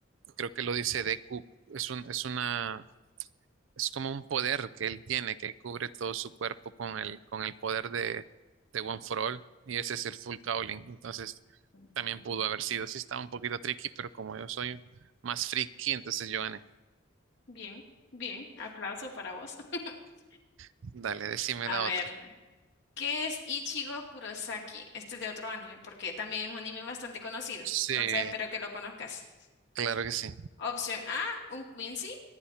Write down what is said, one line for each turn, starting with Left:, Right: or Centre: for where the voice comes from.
Right: creo que lo dice Deku, es un, es una, es como un poder que él tiene que cubre todo su cuerpo con el, con el poder de, de One for All y ese es el full cowling. Entonces,
Left: Mm,
Right: también pudo haber sido. Sí, estaba un poquito tricky, pero como yo soy más friki, entonces yo gané.
Left: Bien, bien. Aplauso para vos. <laughs>
Right: Dale, decime
Left: A
Right: la
Left: ver.
Right: otra.
Left: ¿Qué es Ichigo Kurosaki? Este es de otro anime, porque también es un anime bastante conocido.
Right: Sí,
Left: Entonces espero que lo conozcas.
Right: claro que sí.
Left: Opción A, un Quincy.